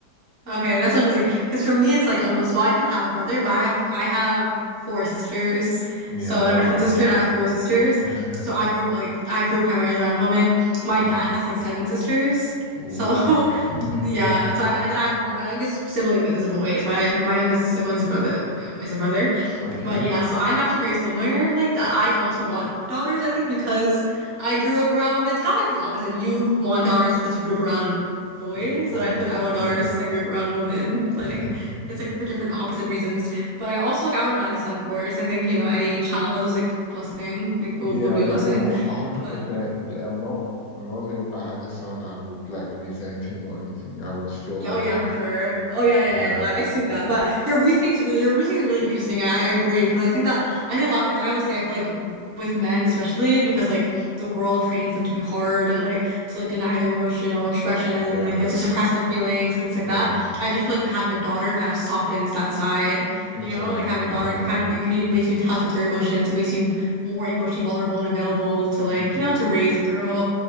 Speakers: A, on the right; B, on the left.
A: Okay, that's interesting. Because for me, it's like almost, well, I do have a brother, but I have I have four sisters.
B: Yeah.
A: So I
B: Oh.
A: have a twin sister and I have four sisters.
B: <laughs>
A: So I grew up like I grew up primarily around women. My
B: Mm.
A: dad has like seven sisters.
B: Oh.
A: So <laughs>
B: <laughs>
A: Yeah, it's I and then I have one. My youngest sibling is a boy. It's my my youngest sibling's a brother um, is a brother,
B: Okay.
A: but yeah. So I'm actually very similar. Like that, I also want daughters. I think because I grew up around women. It's kind of like the opposite. You want daughters because you grew up around boys,
B: Important.
A: and I feel I want
B: Mm.
A: daughters. 'cause I grew up around women. Like
B: <laughs>
A: it's like for different opposite reasons. But I also like I wouldn't mind a son, of course. I think you know any child is like blessing. Like will,
B: Yeah,
A: would be a
B: no,
A: blessing.
B: no, a hundred
A: But
B: percent. I'm not I'm not saying if I had a son I would like resent him or anything. I would still
A: Yeah,
B: love
A: oh yeah,
B: him.
A: for sure. Oh yeah, yeah,
B: Yeah,
A: yeah. No, I assume that. But your reasoning is really your reasoning is really interesting. I, I agree because I think that I think a lot of times I always say I feel like w- with men especially because like the world trains them to be hard and like to like deny their emotional expression
B: yeah,
A: and like they have to suppress their feelings and things like
B: yeah,
A: that. I do feel like having a daughter kind of softens that side.
B: exactly.
A: You know, like having a daughter
B: Yeah.
A: it kind of it makes you in touch with your emotions. It makes you more emotionally vulnerable and available to like
B: hmm
A: you know to raise a girl.